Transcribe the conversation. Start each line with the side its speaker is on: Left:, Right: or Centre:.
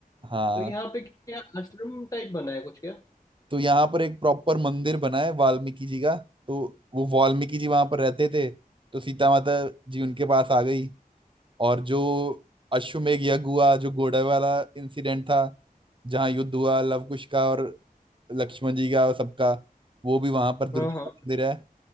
Right: हाँ
Left: तो यहाँ पे क्या आश्रम टाइप बना है कुछ क्या
Right: तो यहाँ पर एक प्रॉपर मंदिर बना है वाल्मीकि जी का तो वो वाल्मीकि जी वहां पर रहते थे तो सीता माता जी उनके पास आ गई और जो अश्वमेध यज्ञ हुआ जो घोड़े वाला इंसिडेंट था जहाँ युद्ध हुआ लवकुश का और लक्ष्मण जी का और सबका वो भी वहां पर दुर्गा
Left: हाँ हाँ
Right: का मंदिर है